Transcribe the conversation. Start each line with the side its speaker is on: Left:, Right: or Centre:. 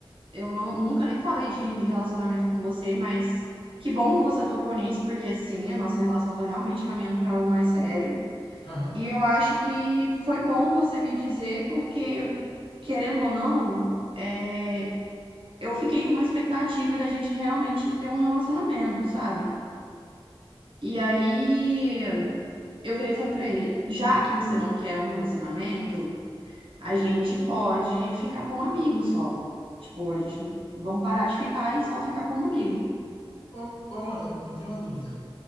Right: eu não- nunca nem falei de, de relacionamento com você, mas que bom que você tocou nisso, porque sim, a nossa relação tá realmente caminhando pra algo mais sério.
Left: Aham.
Right: E eu acho que foi bom você me dizer, porque, querendo ou não, é, eu fiquei com uma expectativa da gente realmente ter um relacionamento, sabe? E aí eu virei e falei pra ele, já que você não quer um relacionamento, a gente pode ficar como amigo só. Tipo, a gente não- vamos parar de ficar e só ficar como amigo.
Left: Ô, ô, Amanda, me tira uma dúvida.